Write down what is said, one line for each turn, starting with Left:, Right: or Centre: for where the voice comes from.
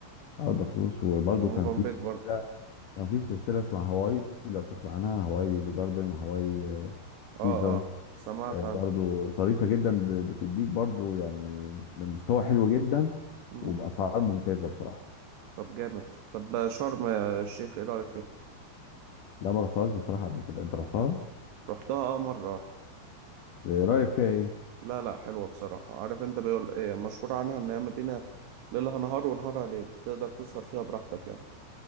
Left: اه البطروس وبرده
Right: وموفنبيك
Left: كان في
Right: برضو
Left: لا كان في سلسله اسمها هواي لو تسمع عنها هواي لو جاردن وهواي آه، سيزر
Right: اه اه سمعت
Left: آه، برضو
Right: عنه
Left: ظريفة جدا ب- بتديك برضو يعني بمستوى حلو جدا
Right: مم.
Left: وبأسعار ممتازة بصراحة
Right: طب جامد طب شرم يا الشيخ ايه رأيك فيها
Left: لا ما رحتهاش بصراحة قبل كده انت رحتها
Right: رحتها اه مرة واحدة
Left: آه، رأيك فيها ايه
Right: لا لا حلوة بصراحة عارف انت بيقول ايه مشهور عنها ان هي مدينة ليلها نهار ونهارها ليل تقدر تسهر فيها براحتك يعني